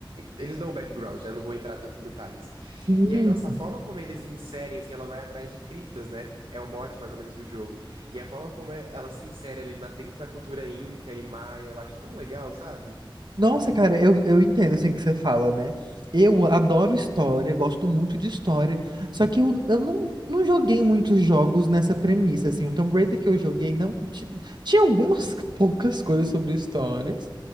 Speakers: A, on the right; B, on the right.
A: eles dão o background, né? Não vou entrar tanto em detalhes.
B: Sim.
A: E aí, nossa, a forma como eles inserem, assim, ela vai atrás de criptas, né? É o mote mais ou menos do jogo. E a forma como é- ela se insere ali na- dentro da cultura inca e maia, eu acho tão legal, sabe?
B: Nossa, cara, eu, eu entendo assim que você fala, né? Eu adoro história, gosto muito de história, só que eu, eu não, não joguei muitos jogos nessa premissa, assim. O Tomb Raider que eu joguei não ti- tinha algumas <laughs> poucas coisas sobre histórias,